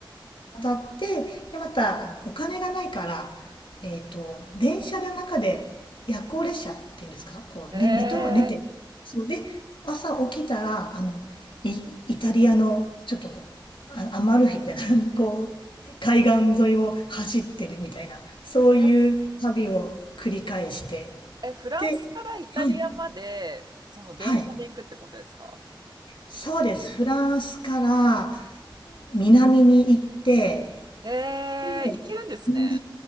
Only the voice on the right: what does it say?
え
ー、え、え、フランスからイタリアまで、
その電車で行くってことですか
えー、
行けるんですね。